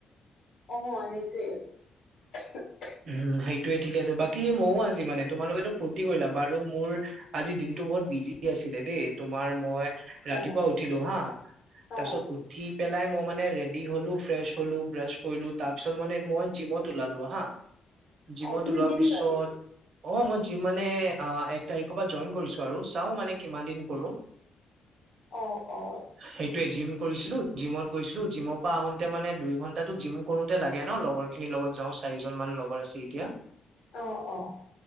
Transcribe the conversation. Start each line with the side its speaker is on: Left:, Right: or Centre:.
Left: অ'! সেইটোৱে।
Right: <unintelligible> সেইটোৱে! ঠিক আছে। বাকী, মইয়ো আজি মানে, তোমালোকেতো ফূৰ্তি কৰিলা আৰু মোৰ আজি দিনটো বহুত বিজি আছিলে দেই। তোমাৰ, মই ৰাতিপুৱা
Left: অ
Right: উঠিলোঁ হা!
Left: অ
Right: তাৰপিছত, উঠি পেলাই মই মানে, ৰেডি হলোঁ, ফ্ৰেছ হলোঁ, ব্ৰাছ কৰিলোঁ। তাৰপিছত, মানে মই জিমত ওলালো হা! জিমত
Left: অ তুমি
Right: ওলোৱাৰ
Left: জিম
Right: পিছত
Left: যোৱা নেকি
Right: অ'! মই, জিম মানে, এক তাৰিখৰ পৰা জইন কৰিছোঁ আৰু। চাওঁ মানে, কিমান দিন কৰোঁ।
Left: অ'! অ'!
Right: সেইটোৱে! জিম কৰিছিলোঁ, জিমত গৈছিলোঁ। জিমৰ পৰা আহোঁতে মানে, দুই ঘন্টা জিম কৰোঁতে লাগে ন'? লগৰ খিনিৰ লগত যাওঁ। চাৰিজন মান লগৰ আছে এতিয়া।
Left: অ'! অ'!